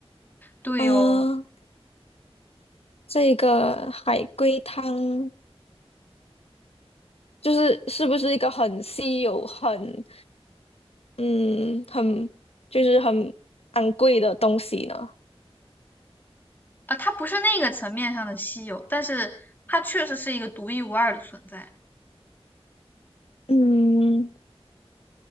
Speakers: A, on the left; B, on the left.
A: 对哦，
B: 嗯、这个海龟汤就是是不是一个很稀有、很嗯很就是很昂贵的东西呢？
A: 啊，它不是那个层面上的稀有，但是它确实是一个独一无二的存在。
B: 嗯，